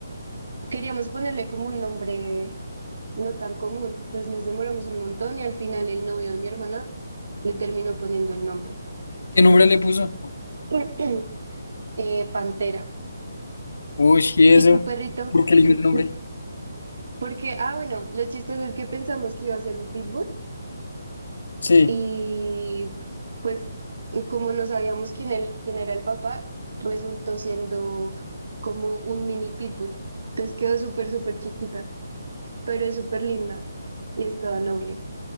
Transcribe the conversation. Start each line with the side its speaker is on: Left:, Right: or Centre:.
Right: queríamos ponerle como un nombre no tan común. Entonces nos demoramos un montón y al final el novio de mi hermana le terminó poniendo el nombre.
Left: ¿Qué nombre le puso?
Right: <clears throat> Eh, Pantera.
Left: Uy, ¿y eso?
Right: ¿Y tu perrito?
Left: ¿Por qué eligió
Right: <laughs>
Left: el nombre?
Right: Porque, ah, bueno, lo chistoso es que pensamos que iba a ser un pitbull
Left: Sí.
Right: y pues como no sabíamos quién, el, quién era el papá, resultó siendo como un mini pitbull. Entonces quedó súper, súper chiquita, pero es súper linda y es toda noble.